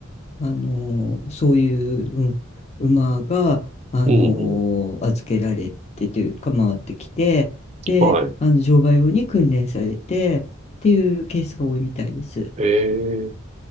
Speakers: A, on the left; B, on the right.
A: あのそういう、うん、馬が、あの預けられてというか回ってきてであの乗馬用に訓練されてっていうケースが多いみたいです。
B: うん、うん、はい。ええ、